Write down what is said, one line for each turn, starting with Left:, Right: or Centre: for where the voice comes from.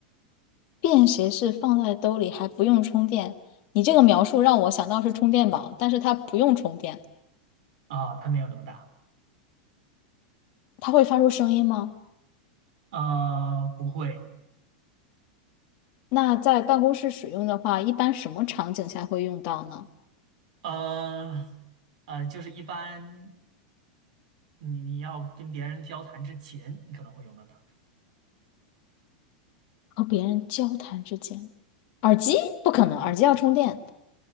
Left: 便携式放在兜里还不用充电。你这个描述让我想到是充电宝，但是它不用充电。
Right: 啊，它没有那么大。
Left: 它会发出声音吗？
Right: 呃，不会，
Left: 那在办公室使用的话，一般什么场景下会用到呢？
Right: 呃，呃，就是一般你你要跟别人交谈之前，你可能会用到它。
Left: 和别人交谈之间，耳机不可能，耳机要充电。